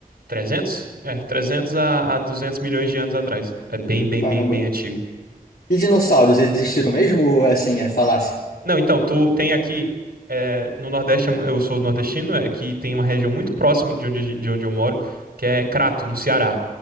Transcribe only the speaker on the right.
trezentos, É, trezentos a, a 200 milhões de anos atrás. É bem, bem,
bem, bem antigo.
Não, então, tu tem aqui, eh, no Nordeste, é mu- eu sou nordestino, é que tem uma região muito próxima de onde, a gen- de onde eu moro, que é Crato, no Ceará.